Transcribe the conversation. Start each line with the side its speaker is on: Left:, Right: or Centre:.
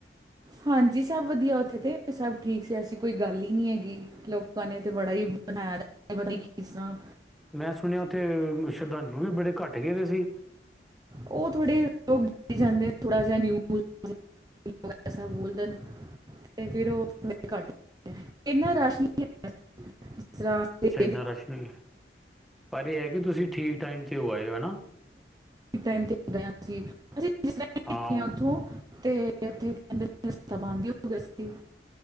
Right: ਹਾਂਜੀ ਸਭ ਵਧੀਆ ਔਥੇ ਤੇ ਸਭ ਠੀਕ ਸੀ ਐਸੀ ਕੋਈ ਗੱਲ ਈ ਨੀ ਹੈਗੀ ਲੋਕਾਂ ਨੇ ਤੇ ਬੜਾ ਈ ਬਣਾਇਆ ਏ ਪਤਾ ਨੀ ਕਿਸ ਤਰਾਂ
Centre: ਮੈਂ ਸੁਣਿਆ ਔਥੇ ਸ਼ਰਧਾਂਜਲੂ ਵੀ ਬੜੇ ਘੱਟ ਗਏ ਵੇ ਸੀ।
Right: ਔ ਥੋੜੇ ਲੋਕ ਬੋਲੀ ਜਾਂਦੇ ਥੋੜਾ ਜਿਹਾ ਨਿਊਜ਼ ਐਸਾ ਬੋਲ ਦੇਣ। ਤੇ ਫਿਰ ਉਹ ਸਮ ਘੱਟ ਇੰਨਾ ਰਸ਼ ਨੀ ਹੈ ਜਿਸ ਤਰ੍ਹਾਂ ਤੇ
Centre: ਅੱਛਾ ਇੰਨਾ ਰਸ਼ ਨਈ, ਪਰ ਇਹ ਹੈ ਕਿ ਤੁਸੀਂ ਠੀਕ ਟਾਈਮ 'ਤੇ ਹੋ ਆਏ ਹਨਾ।
Right: ਟੇਮ ਤੇ ਗਏ ਸੀ ਅਸੀਂ ਜਿਸ ਟੇਮ
Centre: ਹਾਂ
Right: ਗੇ ਆ ਔਥੋਂ ਤੇ ਉੱਥੇ ਕਹਿ ਦੇ ਰਸਤਾ ਬੰਦ ਈ ਹੋ ਗਿਆ ਸੀ।